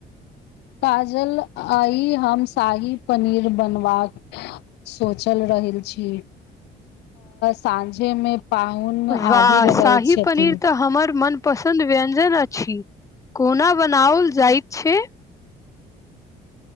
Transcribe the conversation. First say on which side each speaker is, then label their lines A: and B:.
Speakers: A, on the left; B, on the left.
A: काजल आइ हम शाही पनीर बनबाक सोचल रहल छी साँझे मे पाहुन
B: वाह
A: आबि रहल
B: शाही
A: छथि
B: पनीर तऽ हमर मन पसन्द व्यञ्जन अछि कोना बनाओल जाइत छै